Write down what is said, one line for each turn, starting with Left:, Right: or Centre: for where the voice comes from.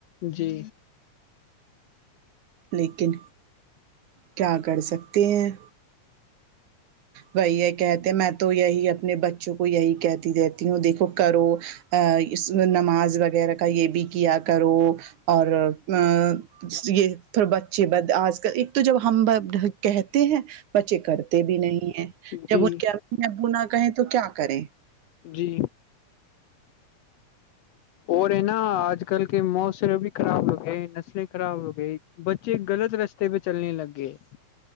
Left: جی
Right: لیکن کیا کر سکتے ہیں وہی یہ کہتے میں تو یہی اپنے بچوں کو یہی کہتی رہتی ہوں دیکھو کرو ا اس نماز وغیرہ کا یہ بھی کیا کرو اور ا یہ تھ بچے بد آج کل ایک تو جب ہم کہتے ہیں بچے کرتے بھی نہیں ہیں
Left: جی
Right: جب ان کے ابمی ابو نہ کہیں تو کیا کریں
Left: جی اور ہے نا آج آ کل کے موسر ابھی خراب ہو گئے نسلیں خراب ہو گئی بچے غلط رستے پہ چلنے لگ گے